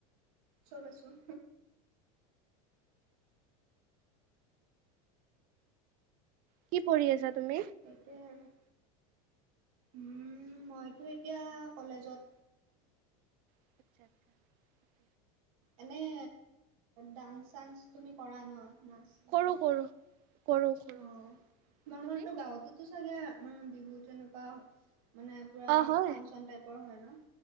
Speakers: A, on the right (about 75°); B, on the right (about 50°).
A: চ'ব আছোঁ।
B: কি পঢ়ি আছা তুমি?
A: সেইটোৱে আৰু। উম, মইতো এতিয়া কলেজত।
B: <inaudible>
A: এনেই ডান্স চান্স তুমি কৰা ন, নাচ?
B: কৰোঁ
A: যাম।
B: কৰোঁ কৰোঁ কৰোঁ।
A: অ', তোমালোকৰতো
B: তুমি?
A: গাঁৱতো টো চাগে মনে বিহুত তেনেকুৱা মানে পুৰা
B: অ হয়
A: ফাংচন টাইপৰ হয় ন?